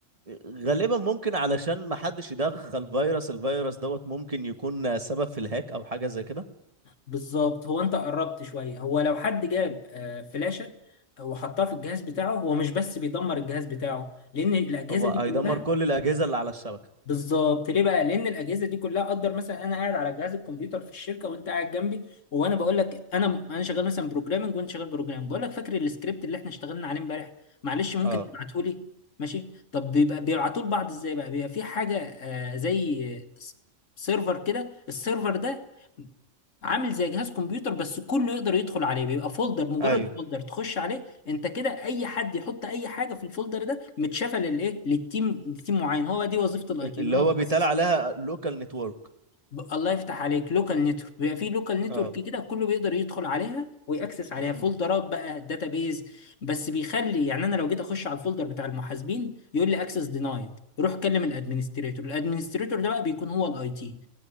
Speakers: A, on the right (about 30°); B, on the left (about 90°).
A: غالبا ممكن علشان ما حدش يدخل فيروس الفيروس دوت ممكن يكون سبب في الهاك او حاجه زي كده
B: بالظبط هو انت قربت شويه هو لو حد جاب آه، فلاشه وحطها في الجهاز بتاعه هو مش بس بيدمر الجهاز بتاعه لان الاجهزه
A: هو
B: دي
A: هيدمر
B: كلها
A: كل الاجهزه اللي على الشبكه
B: بالظبط ليه بقى لان الاجهزه دي كلها اقدر مثلا انا قاعد على جهاز الكمبيوتر في الشركه وانت قاعد جنبي وانا بقول لك انا انا شغال مثلا بروجرامنج وانت شغال بروجرامنج بقول لك فاكر السكريبت اللي احنا اشتغلنا عليه امبارح معلش ممكن
A: اه
B: تبعته لي ماشي طب بيبقى بيبعتوه لبعض ازاي بقى بيبقى في حاجه آه، زي سيرفر كده السيرفر ده عامل زي جهاز كمبيوتر بس كله يقدر يدخل عليه بيبقى فولدر مجرد
A: ايوه
B: فولدر تخش عليه انت كده اي حد يحط اي حاجه في الفولدر ده متشافه للايه للتيم لتيم معين هو دي وظيفه الاي
A: اللي
B: تي ان هو
A: هو
B: يخصص
A: بيتقال عليها لوكال نتورك
B: ب- الله يفتح عليك لوكال نتورك بيبقى في لوكال نتورك
A: اه
B: كده كله بيقدر يدخل عليها ويأكسس عليها
A: امم
B: فولدرات بقى داتابيز بس بيخلي يعني انا لو جيت اخش على الفولدر بتاع المحاسبين يقول لي اكسس دينايد روح كلم الادمنستريتور الادمنستريتور ده بقى بيكون هو الاي تي